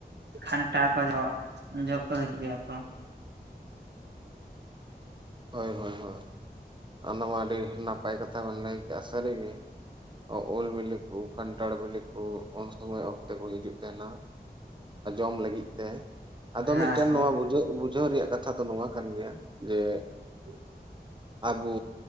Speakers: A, on the right; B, on the right.
A: ᱠᱷᱟᱱᱴᱟ ᱠᱚ ᱡᱚᱦᱚᱜ ᱩᱱ ᱡᱚᱦᱚᱜ ᱠᱚ, ᱦᱤᱡᱩᱜ ᱜᱮᱭᱟ ᱠᱚ᱾
B: ᱦᱳᱭ ᱦᱳᱭ ᱦᱳᱭ ᱚᱱᱟ ᱢᱟ ᱟᱹᱰᱤ ᱱᱟᱯᱟᱭ ᱠᱟᱛᱷᱟ ᱵᱮᱱ ᱞᱟᱹᱭ ᱠᱮ-ᱟ ᱥᱟᱹᱨᱤᱜᱤ᱾ ᱩᱞ ᱵᱤᱞᱤ ᱠᱩ ᱠᱟᱱᱴᱷᱟᱲ ᱵᱤᱞᱤ ᱠᱩ ᱩᱱ ᱥᱚᱢᱚᱭ ᱚᱠᱛᱮ ᱠᱚ ᱦᱤᱡᱩᱜ ᱛᱮᱦᱮᱱᱟ᱾ ᱚᱢ ᱞᱟᱹᱜᱤᱫ ᱛᱮ ᱟᱫᱚ
A: ᱦᱮᱸ
B: ᱢᱤᱜᱴᱮᱱ
A: ᱦᱮᱸ
B: ᱱᱚᱣᱟ ᱵᱩᱡᱷᱟᱹᱜ ᱵᱩᱡᱷᱟᱹᱣ ᱨᱮᱭᱟᱜ ᱠᱟᱛᱷᱟ ᱫᱚ ᱱᱚᱣᱟ ᱠᱟᱱ ᱜᱮᱭᱟ ᱡᱮ
A: <inaudible>
B: ᱟᱵᱩ